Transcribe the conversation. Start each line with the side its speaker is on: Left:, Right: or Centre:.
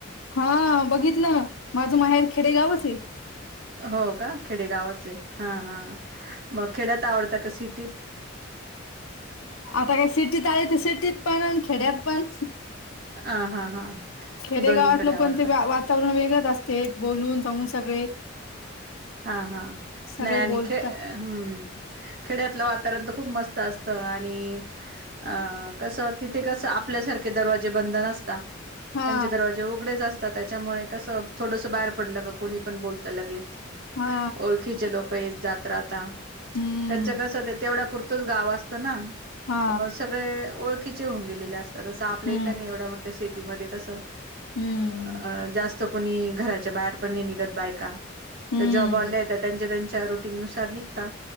Left: हा बघितलं न माझं माहेर खेडेगावच ए
Right: हो का? खेडेगावाचे हा हा मग खेड्यात आवडत का? सिटीत
Left: आता काय सिटीत आले त सिटीत पण खेड्यात पण.
Right: ह हा हा
Left: खेडेगावातलं
Right: दोन्हीकडे आवडतं
Left: पण ते वातावरण वेगळंच असते एक बोलून <unintelligible> सगळे
Right: हा हा
Left: सगळे
Right: नाही आणि
Left: बोलता
Right: खे हम्म खेड्यातलं वात पर्यंत खूप मस्त असत आणि अ कस तिथे कस आपल्यासारखे दरवाजे ब द नसता.
Left: हा
Right: त्यांचे दरवाजे उघडेच अस त्याच्यामुळे कसं थोडस बाहेर पडलं का कोणी पण बोलतं लगेच.
Left: हा
Right: ओळखीचे लोक येत जात राहता
Left: हम्म
Right: त्यांच कस ते तेवढ्या पुर च गाव असतं ना
Left: हा
Right: त म सगळे ओळखीचे होऊन गेलेले अस स आपल्या
Left: हम्म
Right: इथं नाही एवढ्या मोठ्या सिटीमध्ये कसं
Left: हम्म
Right: अ जास तो कोणी घराच्या बाहेर पण नही निघत बायका
Left: हम्म
Right: त जॉब वाल्या आहे त्यांच्या त्यांच्या रुटिंग नुसार निघता